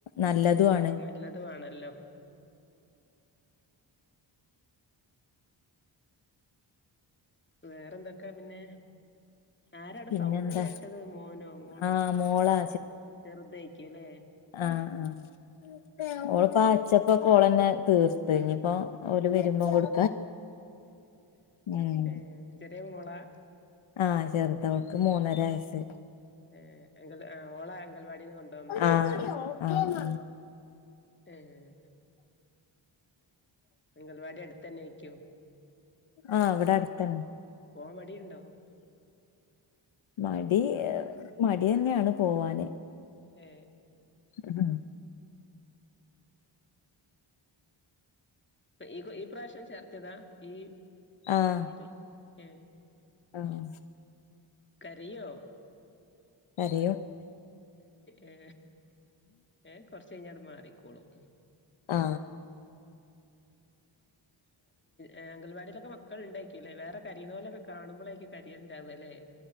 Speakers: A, on the left; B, on the left.
A: നല്ലതുആണ്
B: അതന്നെ നല്ലതും ആണല്ലോ വേറെന്തൊക്കാ പിന്നെ ആരടെ
A: പിന്നെന്താ
B: സൗണ്ട് കേട്ടത് മോനോ മോളോ
A: ആഹ് മോളാ
B: ചെറുതായ്ക്കൂല്ലെ
A: ആഹ ആ ഓള്പ്പാ അച്ചപ്പൊക്കൊളന്നെ തീർത്ത് ഇനിപ്പോ ഓര് വെരുമ്പോ കൊട് ഉം
B: ഏ ചെറേമോളാ
A: ആഹ് ചെർതാ അവൾക്ക് മൂന്നര വയസ്
B: ഏ അങ്കൽ ഓളെ അംഗൽവാടിന്ന് കൊണ്ടോന്ന് ലേ
A: ആഹ് ആഹ്
B: ഏഹ് മംഗൽവാടി അടുത്തന്നെയ്ക്കും
A: ആഹ ഇവടെ അടുത്തന്നെ
B: പോവാൻ മടിണ്ടോ
A: മടി മടിയെന്യാണ് പോവാന്
B: ഏ
A: ഉഹ
B: ഇപ്പ ഈകു ഈ പ്രാവിശ്യം ചേർത്ത്യേതാ ഈ
A: ആഹ
B: ഇതില് ഏ
A: ആഹ്‌
B: കരയോ?
A: അറിയ ഹ്‌
B: ഏ ഏഹെ കൊറച്ച് കഴിഞ്ഞ ങ്ങട്ട് മാറിക്കോളും
A: ആ.
B: ഏ അംഗൽവാടിയിലൊക്കെ മക്കൾ ഉണ്ടാകുലെ വേറെ കരീനോലെ കാണുമ്പോലേക്കു കരിയൽ ഉണ്ടാവലെ.